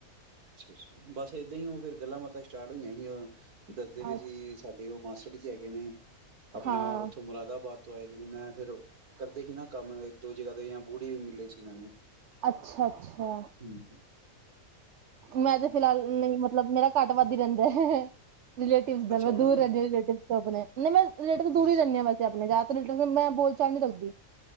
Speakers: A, on the right; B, on the right.
A: ਅੱਛਾ-ਅੱਛਾ, ਬਸ ਏਦਾਂ ਹੀ ਉਹ ਫਿਰ ਗੱਲਾਂ ਬਾਤਾਂ ਸਟਾਰਟ ਹੋਈਆਂ ਸੀ। ਉਹ ਦੱਸਦੇ ਪਏ
B: ਅੱਛਾ
A: ਸੀ ਸਾਡੇ ਉਹ ਮਾਸੜ ਜੀ ਹੈਗੇ ਨੇ, ਆਪਣਾ
B: ਹਾਂ-ਹਾਂ
A: ਉੱਥੋਂ ਮੁਰਾਦਾਬਾਦ ਤੋਂ ਆਏ ਨੇ ਮੈਂ ਫਿਰ ਕਰਦੇ ਸੀ ਨਾ ਕੰਮ, ਇੱਕ-ਦੋ ਜਗ੍ਹਾ ਤੇ ਜਾਂ ਬੂੜੀ ਵੀ ਮਿਲੇ ਸੀ ਮੈਨੂੰ
B: ਅੱਛਾ-ਅੱਛਾ।
A: ਹੂੰ।
B: ਮੈਂ ਤੇ ਫਿਲਹਾਲ ਨਈ ਮਤਲੱਬ ਮੇਰਾ ਘੱਟ ਵੱਧ ਰਹਿੰਦਾ ਐ, ਰਿਲੇਟਿਵ ਨਾਲ
A: ਅੱਛਾ ਉਹਨਾਂ
B: ਦੂਰ ਰਹਿੰਦੀ ਰਿਲੇਟਿਵ ਚੁੱਪ ਨੇ, ਨਈ ਮੈਂ ਰਿਲੇਟਿਵ ਤੋਂ ਦੂਰ
A: ਅੱਛਾ
B: ਹੀ ਰਹਿੰਦੀ ਆ ਵੈਸੇ ਆਪਣੇ ਜਿਆਦਾਤਰ ਰਿਲੇਟਿਵ, ਮੈਂ ਬੋਲ ਚਾਲ ਨੀ ਰੱਖਦੀ।